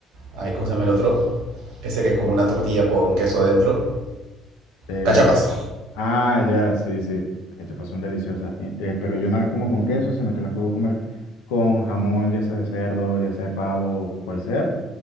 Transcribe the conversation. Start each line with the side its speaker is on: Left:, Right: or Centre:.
Right: Ay, ¿cómo se llama el otro? Ese que es como una tortilla con queso dentro.
Left: eh,
Right: Cachapas.
Left: ah, ya, sí, sí. Las cachapas son deliciosas, eh, eh, pero yo no las como con queso, sino que las puedo comer con jamón, ya sea de cerdo, ya sea de pavo, cual sea,